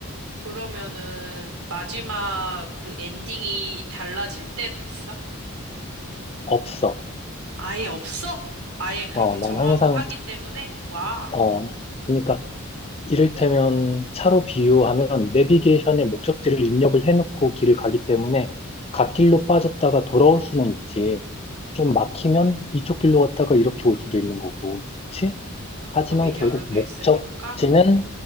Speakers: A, on the right; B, on the left.
A: 그러면은 마지막 그 엔딩이 달라질 때도 있어?
B: 없어.
A: 아예 없어? 아예 그렇게
B: 어,
A: 정하고
B: 난 항상,
A: 하기 때문에? 와.
B: 어, 그러니까 이를테면 차로 비유하면 내비게이션에 목적지를 입력을 해놓고 길을 가기 때문에 갓길로 빠졌다가 돌아올 수는 있지. 좀 막히면 이쪽 길로 갔다가 이렇게 올 수도 있는 거고. 그치?
A: 아, 방법이
B: 하지만 결국
A: 여러 개
B: 목적지는
A: 있으니까. 음.